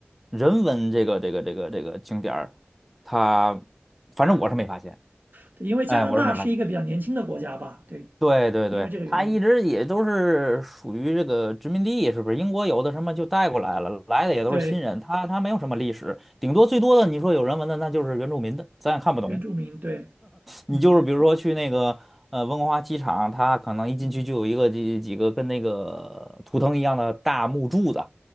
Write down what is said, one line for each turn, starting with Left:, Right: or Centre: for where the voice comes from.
Centre: 人文这个这个这个这个景点儿，它反正我是没发现，
Right: 对，因为加拿大是一个比较年轻的国家吧，
Centre: 哎，我是没发现。
Right: 对，
Centre: 对对对，
Right: 因为这个原因，
Centre: 他一直也都是属于这个殖民地，是不是？英国有的什么就带过来了，来的也都是新人，
Right: 对，
Centre: 他他没有什么历史，顶多最多的你说有人文的，那就是原住民的，咱也看不懂。
Right: 原住民，对，
Centre: 你就是比如说去那个呃温哥华机场，
Right: 嗯。
Centre: 它可能一进去就有一个几几个跟那个图腾一样的大木柱子，
Right: 嗯，